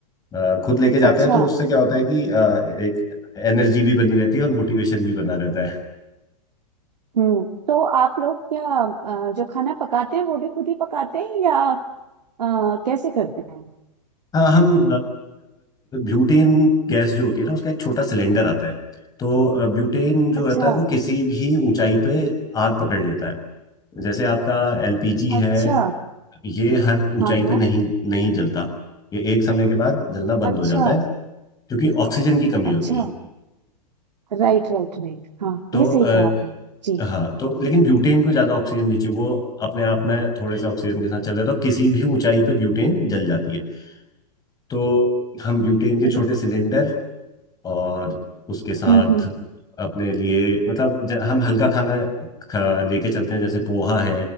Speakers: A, on the left (about 20°); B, on the right (about 85°).
A: अ, खुद लेके जाते
B: अच्छा
A: हैं तो उससे क्या होता है कि अ, एक एनर्जी भी बनी रहती है और मोटिवेशन भी बना रहता
B: हम्म तो आप लोग क्या अ, जो खाना पकाते हैं वो भी खुद ही पकाते हैं या अ, कैसे करते हैं
A: हाँ हम ब्यूटेन गैस जो होती है ना उसका एक छोटा सिलेंडर आता है तो ब्यूटेन जो
B: अच्छा
A: रहता है वो किसी भी ऊंचाई पे आग पकड़ लेता है जैसे आपका एलपीजी
B: अच्छा
A: है ये हर ऊंचाई
B: हाँ हाँ
A: पे नहीं नहीं जलता ये एक समय के बाद जलना बंद
B: अच्छा
A: हो जाता है क्योंकि ऑक्सीजन की कमी
B: अच्छा
A: होती है
B: Right right right हाँ
A: तो
B: ये सही
A: अ,
B: कहा आपने जी
A: हाँ तो लेकिन ब्यूटेन को ज्यादा ऑक्सीजन नहीं चाहिए वो अपने आप में थोड़े से ऑक्सीजन के साथ चल रहा है तो किसी भी ऊंचाई पे ब्यूटेन जल जाती है तो हम ब्यूटेन के छोटे
B: जी
A: सिलेंडर और उसके साथ
B: हम्म हम्म
A: अपने लिए मतलब ज- हम हल्का खाना खा, लेके चलते हैं जैसे पोहा है